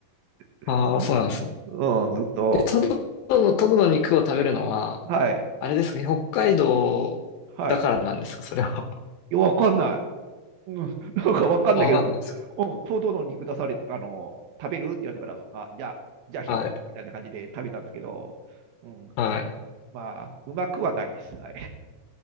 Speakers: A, on the right; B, on the left.
A: <laughs>
B: ああ、そうなんですね。
A: うん、ずっと、
B: え、トド、トドトドの肉を食べるのは、
A: はい、
B: あれですかね、北海道だからなんですかそれは。
A: はい。わかんない。うん、なんかわかんないけど、
B: <laughs> わかんないですか
A: うん、ちょうどの肉出され、あの、食べるって言われたから、あ、じゃあ、じゃあ一つみたいな感じで食べたんですけど、
B: はい、
A: うん、
B: はい。
A: まあ、うまくはないです。はい。